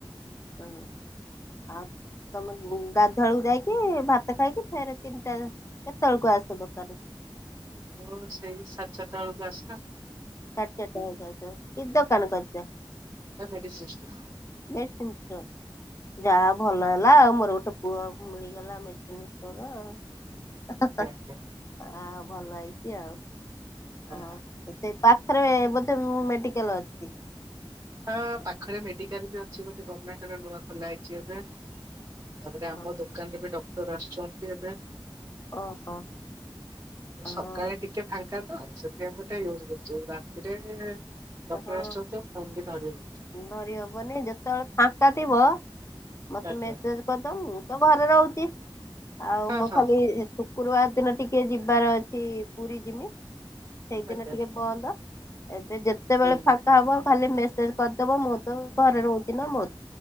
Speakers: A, on the left; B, on the right.
A: ହଁ ଆଉ ତମେ ଗାଧ୍ୱାଏଳକୁ ଯାଇକି ଭାତ ଖାଇକି ଫେର ତିନିଟା କେତବେଳକୁ ଆସ ଦୋକାନ।
B: ମୁଁ ସେଇ ସାଢେ ଚାରଟା ବେଳକୁ ଆସେ।
A: ସାଢେ ଚାରଟା ବେଳକୁ ଆସ କି
B: ଆଜ୍ଞା
A: ଦୋକାନ କରିଚ?
B: ଏ ମେଡ଼ିସିନସ୍ ଟେ।
A: ମେଡ଼ିସିନ୍ ଷ୍ଟୋର୍ ଯାହା ଭଲ ହେଲା ଆଉ ମୋର ଗୋଟେ ପୁଅ ମିଳିଗଲା ମେଡିସିନ୍ ଷ୍ଟୋର
B: ଆଜ୍ଞା
A: ଆ ଭଲ ହେଇଚି ଆଉ
B: ହଁ
A: ଓହୋ ସେଇ ପାଖରେ ବୋଧେ ମେଡିକାଲ ଅଛି କିଛି।
B: ହଁ ପାଖରେ ମେଡିକାଲ ବି ଅଛି ଗୋଟେ ଗମେଣ୍ଟର ନୂଆ ଖୋଲା ହେଇଚି ଏବେ। ତାପରେ ଆମ
A: ହଁ
B: ଦୋକାନରେ ବି ଡକ ର ଆସଚନ୍ତି ଏବେ।
A: ଓହୋ। ହଁ
B: ଏ ସକାଳେ ଟିକେ ଫାଙ୍କା ତ ସେ ଆଉ ଗୋଟେ ଲୁଜ୍ ରହୁଚୁ ରାତିରେ ଡକ୍ଟର
A: ହଁ
B: ଆସୁଛନ୍ତି ଆଉ ଫୋନ ବି ଧରି ହଉନି
A: ଧରିହବନି ଯେତେବେଳେ ଫା ଫାଙ୍କା ଥିବ ମତେ
B: ଆଜ୍ଞା
A: ମେସେଜ କରିଦବ ମୁଁ ତ ଘରେ ରହୁଚି ଆଉ
B: ହଁ
A: ମୁଁ
B: ହଁ
A: ଖାଲି ଇ ଶୁକ୍ରବାର ଦିନ ଟିକେ ଯି ବାର ଅଛି ପୁର ଜିମି। ସେଇଦିନ
B: ଆଜ୍ଞା
A: ଟିକେ ବନ୍ଦ ଏବେ ଦେ ଯେତେବେଳେ
B: ହୁଁ
A: ଫାଙ୍କା ହବ ଖାଲି ମେସେଜ କରିଦବ ମୁଁ ତ ଘରେ ରହୁଛି ନା ମୋ